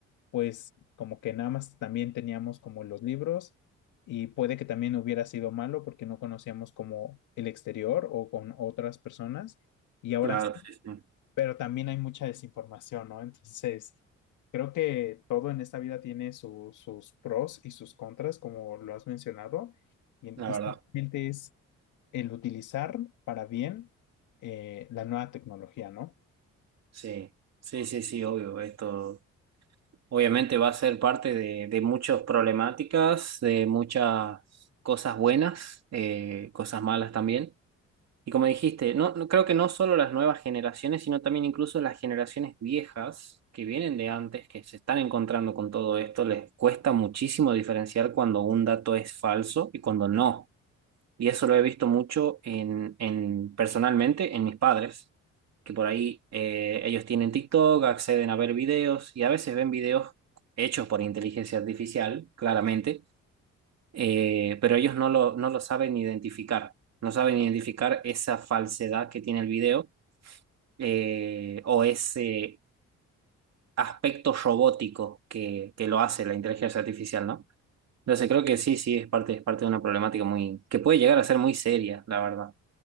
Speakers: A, on the left; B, on the right.
A: pues como que nada más también teníamos como los libros y puede que también hubiera sido malo porque no conocíamos como el exterior o con otras personas. Y ahora
B: Claro, sí, sí,
A: pero también hay mucha desinformación, ¿no? Entonces, creo que todo en esta vida tiene su- sus pros y sus contras, como lo has mencionado, y,
B: la
A: y
B: verdad.
A: simplemente es el utilizar para bien eh, la nueva tecnología, ¿no?
B: Sí, sí, sí, sí, obvio. Esto obviamente va a ser parte de, de muchas problemáticas, de muchas cosas buenas, eh, cosas malas también. Y como dijiste, no, no- creo que no solo las nuevas generaciones, sino también incluso las generaciones viejas que vienen de antes, que se están encontrando con todo esto, les cuesta muchísimo diferenciar cuando un dato es falso y cuando no. Y eso lo he visto mucho en, en personalmente en mis padres, que por ahí eh, ellos tienen TikTok, acceden a ver videos y a veces ven videos hechos por inteligencia artificial, claramente, eh, pero ellos no lo, no lo saben identificar, no saben identificar esa falsedad que tiene el video eh, o ese aspecto robótico que, que lo hace la inteligencia artificial, ¿no? Entonces creo que sí, sí, es parte, es parte de una problemática muy, que puede llegar a ser muy seria, la verdad.